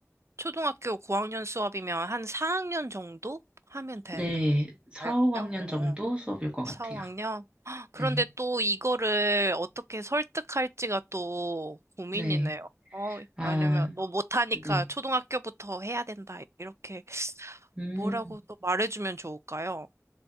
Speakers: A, on the right; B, on the right.
A: 초등학교 고학년 수업이면 한 4학년 정도 하면 되는
B: 네, 4,
A: 거예요?
B: 5학년
A: 어.
B: 정도 수업일 것 같아요.
A: 4학년?
B: 네.
A: 그런데 또 이거를 어떻게 설득할지가 또 고민이네요.
B: 네.
A: 어,
B: 아,
A: 왜냐면 너 못하니까
B: 네.
A: 초등학교부터 해야 된다. 이렇게
B: 음,
A: 뭐라고 또 말해주면 좋을까요?